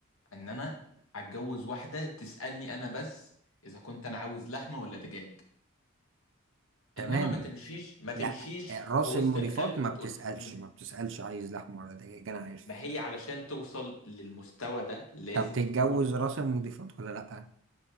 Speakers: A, on the left; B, on the right.
A: ان انا هتجوز واحده تسالني انا بس اذا كنت انا عاوز لحمه ولا دجاج
B: تمام
A: انما ما تمشيش ما تمشيش
B: لا راس
A: في وسط
B: المضيفات
A: الخلق وتقول
B: ما بتسألش
A: مم.
B: ما بتسألش عايز لحمة ولا دجاج انا عارف
A: ما هي علشان توصل للمستوى ده لازم
B: طب تتجوز
A: تكون
B: راس المضيفات ولا لا